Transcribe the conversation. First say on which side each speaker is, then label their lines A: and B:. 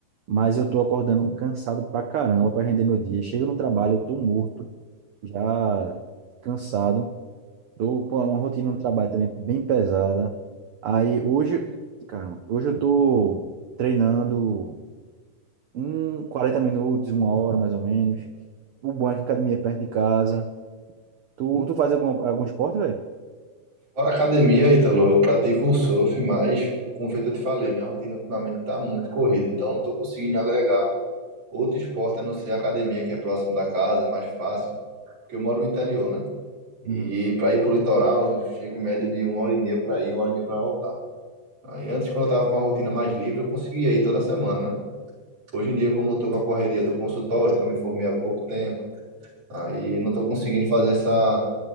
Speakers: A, on the right; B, on the right.
A: mas eu tô acordando cansado pra caramba pra render meu dia. Chego no trabalho, eu tô morto, já cansado. Tô com uma rotina no trabalho também bem pesada. Aí hoje, caramba, hoje eu tô treinando um 40 minutos, uma hora mais ou menos. O bom é que a academia é perto de casa. Tu, tu faz algum, algum esporte, velho?
B: Fora a academia, Ítalo, eu pratico o surf, mas, como feito eu te falei, minha rotina ultimamente tá muito corrida, então não tô conseguindo agregar outro esporte a não ser a academia, que é próximo da casa, é mais fácil, porque eu moro no interior, né? E
A: Uhum.
B: para ir pro litoral, eu chego em média de uma hora e meia para ir, uma hora e meia para voltar. Aí antes, quando eu tava com uma rotina mais livre, eu conseguia ir toda semana, né? Hoje em dia, como eu tô com a correria do consultório, que eu me formei há pouco tempo, Aí não tô conseguindo fazer essa,